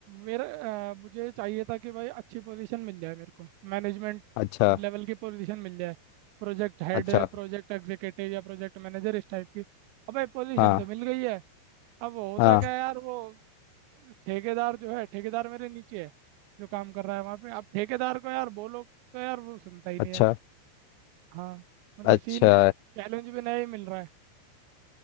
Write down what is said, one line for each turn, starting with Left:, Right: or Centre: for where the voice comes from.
Right: मेरा अ, मुझे चाहिए था कि भाई अच्छी पोजीशन मिल जाए मेरे को मैनेजमेंट
Left: अच्छा
Right: लेवल की पोजीशन मिल जाए प्रोजेक्ट हेड
Left: अच्छा
Right: प्रोजेक्ट एग्जीक्यूटिव या प्रोजेक्ट मैनेजर इस टाइप की अब भाई पोजीशन
Left: हाँ
Right: तो मिल गई है अब वो होता
Left: हाँ
Right: क्या है यार वो ठेकेदार जो है ठेकेदार मेरे नीचे है जो काम कर रहा है वहाँ पे अब ठेकेदार को यार बोलो तो यार वो सुनता ही नहीं
Left: अच्छा
Right: है हाँ मतलब
Left: अच्छा
Right: सीन ये चैलेंज भी नया ही मिल रहा है